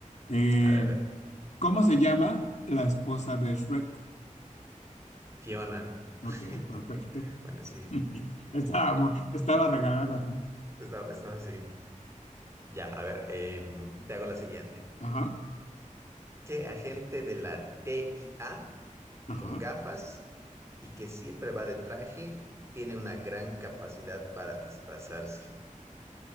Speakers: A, on the left; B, on the right.
A: Eh,
B: a ver, a ver.
A: ¿cómo se llama la esposa de Shrek?
B: Fiona.
A: Ok,
B: <laughs>
A: perfecto.
B: Bueno, sí,
A: <laughs> Estaba, mu- estaba regalada. ¿no?
B: estaba, estaba así. Ya, a ver, em, te hago la siguiente.
A: Ajá,
B: ¿Qué agente de la TIA
A: ajá.
B: con gafas y que siempre va de traje tiene una gran capacidad para disfrazarse?